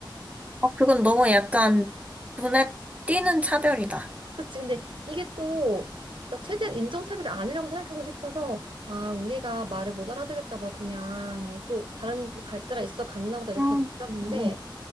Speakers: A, on the right; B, on the right.
A: 어, 그건 너무 약간 눈에 띄는 차별이다.
B: 그치. 근데 이게 또, 그러니까 최대한 인종차별이 아니라고 생각하고 싶어서, 아, 우리가 말을 못 알아들을까 봐 그냥 또 다른 또 갈대가 있어 갔나 보다 이렇게
A: 음,
B: 남겼는데,
A: 응, 응.